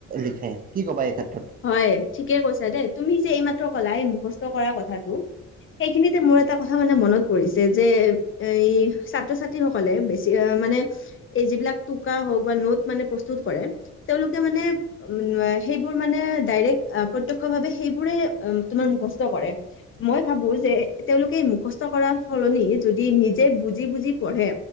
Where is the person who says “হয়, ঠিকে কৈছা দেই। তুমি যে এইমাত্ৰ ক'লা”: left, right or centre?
Left